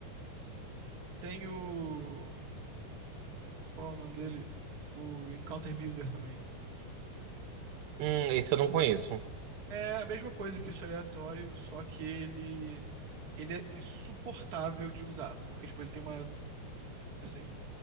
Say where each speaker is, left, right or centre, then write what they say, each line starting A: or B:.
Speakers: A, on the right; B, on the right.
A: tem o... Qual é o nome dele? O Encounter Builder também.
B: Hum, esse eu não conheço.
A: É a mesma coisa que esse aleatório, só que ele ele é insuportável de usar, porque tipo ele tem uma assim